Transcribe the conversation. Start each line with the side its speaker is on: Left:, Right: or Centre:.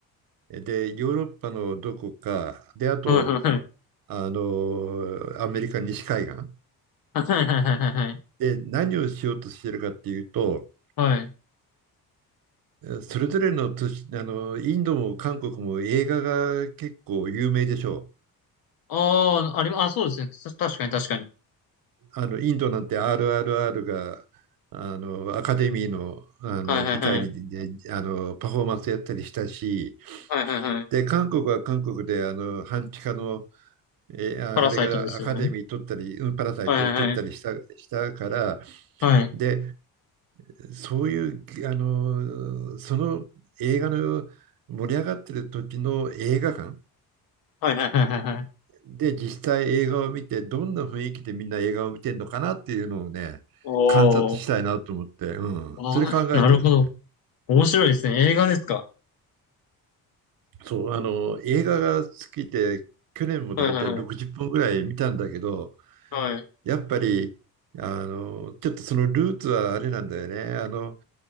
Right: で、ヨーロッパのどこか、で、あと、
Left: はいはいはい。
Right: あのーアメリカ西海岸。
Left: はいはいはいはい。
Right: で、何をしようとしてるかっていうと、
Left: はい。
Right: それぞれの都市、あの、インドも韓国も映画が結構有名でしょ
Left: ああ、ありま、あ、そうですね。た確かに確かに。
Right: う。あの、インドなんて RRR が、あの、アカデミーの、あの、
Left: はいはいはい。
Right: 舞台に、ね、あの、パフォーマンスやったりしたし、
Left: はいはいはい。
Right: で、韓国は韓国で、あの、半地下の、えあれがアカデミー取ったり、
Left: パラサイトですよね。
Right: うん、パラサイト取ったりした、
Left: はいはいはい。
Right: したから、
Left: はい。
Right: で、そういう、あの、その映画の盛り上がってる時の映画館、
Left: はいはいはいはいはい。
Right: で、実際映画を見て、どんな雰囲気でみんな映画を見てるのかなっていうのをね、
Left: おー。
Right: 観察したいなと思って、うん、
Left: ああ、
Right: それ考えてるね。
Left: なるほど。面白いですね。映画ですか
Right: そう、あの、映画が好きで、去年もだいたい60本ぐらい見たんだけど、
Left: はいはいはい。はい。
Right: やっぱり、あの、ちょっとそのルーツはあれなんだよね。あの、